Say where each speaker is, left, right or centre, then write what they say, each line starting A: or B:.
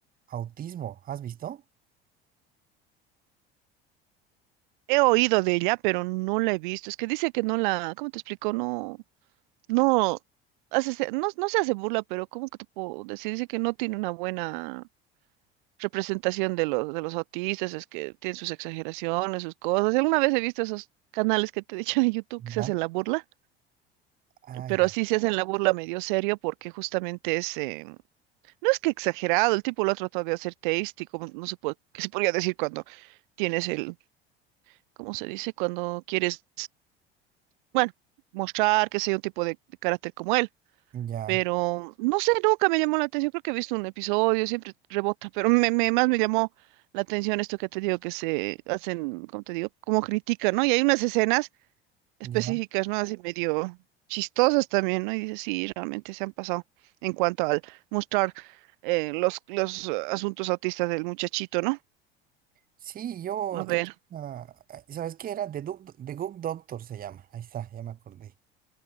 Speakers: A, on the right (about 30°); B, on the right (about 55°).
A: Autismo, ¿has visto?
B: He oído de ella, pero no la he visto. Es que dice que no la, ¿cómo te explico? No, no, hace, se- no, no se hace burla, pero ¿cómo que te puedo decir? Dice que no tiene una buena representación de los, de los autistas, es que tienen sus exageraciones, sus cosas. Alguna vez he visto esos canales que te he dicho de YouTube que se
A: Ya,
B: hacen la burla,
A: ah,
B: pero
A: ya,
B: sí se hacen la burla medio serio porque justamente es, eh, no es que exagerado, el tipo lo ha tratado de hacer teístico, como no se puede, que se podría decir cuando tienes el, ¿cómo se dice? Cuando quieres, bueno, mostrar que sea un tipo de de carácter como él.
A: ya,
B: pero no sé, nunca me llamó la atención, creo que he visto un episodio, siempre rebota, pero me, me- más me llamó la atención esto que te digo, que se hacen, ¿cómo te digo? Como critican, ¿no? Y hay unas escenas específicas,
A: ya.
B: ¿no? Así medio chistosas también, ¿no? Y dices, sí, realmente se han pasado en cuanto al mostrar eh, los, los eh, asuntos autistas del muchachito, ¿no?
A: Sí, yo,
B: A ver,
A: he visto una- ah, ¿sabes qué era? The Good, The Good Doctor se llama, ahí está, ya me acordé.